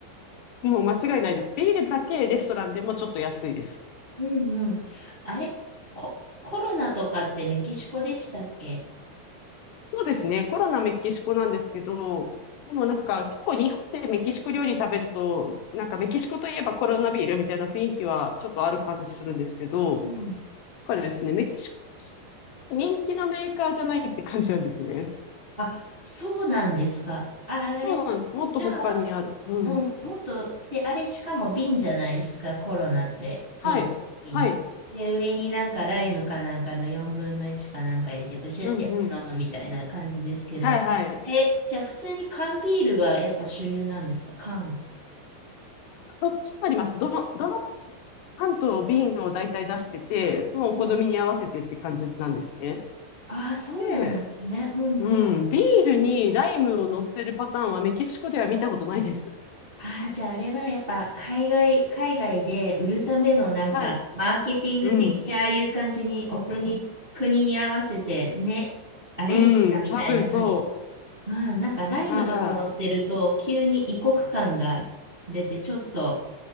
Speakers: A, on the left; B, on the right.
A: もう間違いないです。ビールだけレストランでもちょっと安いです。
B: うんうん。あれ、コ、コロナとかってメキシコでしたっけ
A: そうですね。コロナメキシコなんですけど、でもなんか結構日本でメキシコ料理食べると、なんかメキシコといえばコロナビールみたいな雰囲気はちょっとある感じするんですけど、
B: うん。
A: だからですね、メキシコ人気のメーカーじゃないって感じなんですね。
B: あ、そうなんですか。あらあれ、
A: そうなんです。もっと他にある。
B: じゃあ、
A: うん。
B: うん、もっと、で、あれしかも瓶じゃないですか、コロナって、基本的に。
A: はい。はい。
B: で、上になんかライムかなんかの4分の1かなんか入れて、ブシュってやって飲むみたいな感じですけど。
A: うんうん。はいはい。
B: え、じゃあ普通に缶ビールがやっぱ主流なんですか、缶。
A: どっちもあります。ど、どの缶と瓶を大体出してて、そのお好みに合わせてって感じなんですね。
B: うん。ああ、そうなんですね。
A: で、
B: うんうん。
A: うん。ビールにライムを乗せるパターンはメキシコでは見たことないです。
B: ああ、じゃああれはやっぱ海外、海外で売るためのなんか、
A: はい。
B: マーケティング的にああいう感じに、
A: うん。
B: お国、
A: うん。
B: 国に合わせてね、アレンジしたみたいな感じ。
A: うん多分そ
B: うん、なんかライムとか乗ってると、
A: う。は
B: 急に異国感が出て、ちょっと